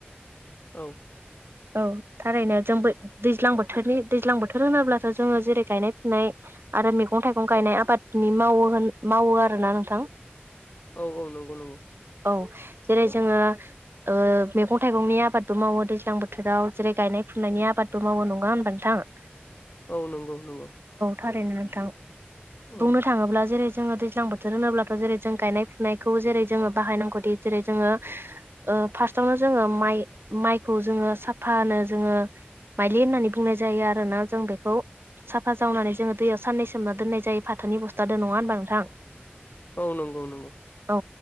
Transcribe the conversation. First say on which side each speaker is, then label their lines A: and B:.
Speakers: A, on the left; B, on the right.
A: औ
B: औ थारैनो जोंबो दैज्लां बोथोरनि दैज्लां बोथोर होनोब्लाथ' जोङो जेरै गायनाय फुनाय आरो मैगं थाइगं गायनाय आबादनि मावो होन मावो आरोना नोंथां
A: औ औ नंगौ नंगौ
B: औ जेरै जोङो ओ मैगं थाइगंनि आबादबो मावो दैज्लां बोथोराव जेरै गायनाय फुनायनि आबादबो मावो नङा होनबा नोथां <inaudible>
A: औ नंगौ नंगौ
B: थारैनो नोंथां
A: औ
B: बुंनो थाङोब्ला जेरै जोङो दैज्लां बोथोर होनोब्लाथ' जेरै जों गायनाय फुनायखौ जेरै जोङो बाहायनांगौ दि जेरै जोङो ओ फास्तावनो जोङो माइ माइखौ जोङो साफानो जोङो माइलि होननानै बुंनाय जायो आरोना जों बेखौ साफा जावनानै जोङो दैयाव साननै सोमना दोननाय जायो फाथोनि बस्थादो नङा होनबा नोंथां
A: औ नंगौ नंगौ
B: औ